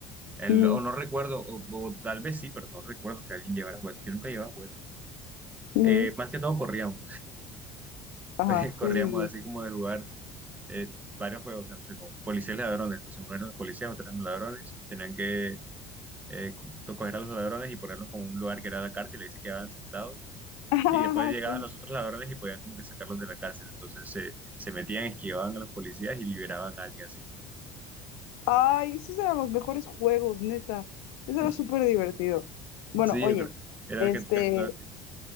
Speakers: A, on the right; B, on the left.
A: El-
B: Ujú,
A: o no recuerdo, o, o tal vez sí, pero no recuerdo que alguien llevara juguetes. Yo nunca llevaba juguetes.
B: ujú.
A: Eh, más que todo corríamos.
B: Ajá,
A: <laughs> Corríamos
B: sí, sí, sí.
A: así como de jugar eh, varios juegos, o sea, no sé, como policías y ladrones. Entonces uno era policías, otro eran ladrones. Tenían que eh, co- coger a los ladrones y ponerlos en un lugar que era la cárcel, y ahí se quedaban sentados.
B: <laughs>
A: Y después llegaban los otros ladrones y podían como que sacarlos de la cárcel. Entonces se, se metían, esquivaban a los policías y liberaban a alguien así.
B: Ay, esos eran los mejores juegos, neta. Eso
A: <laughs>
B: era súper divertido. Bueno,
A: Sí,
B: oye,
A: yo creo. Era
B: este,
A: que casi todo así.